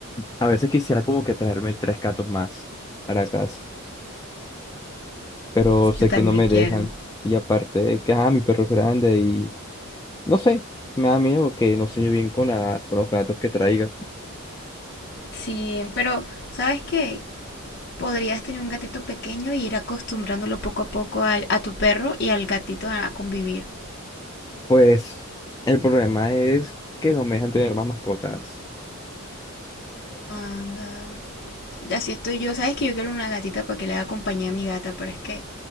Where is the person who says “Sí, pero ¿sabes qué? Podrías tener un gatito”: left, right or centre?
Left